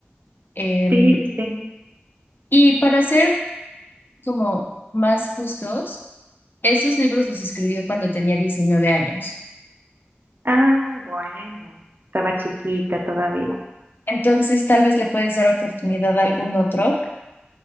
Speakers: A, on the left (about 55°); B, on the right (about 55°).
A: Em,
B: Sí, sí, sí.
A: y para ser como más justos, esos libros los escribió cuando tenía 19 años.
B: Ah, bueno, estaba chiquita todavía.
A: Entonces, tal vez le puedes dar oportunidad a algún otro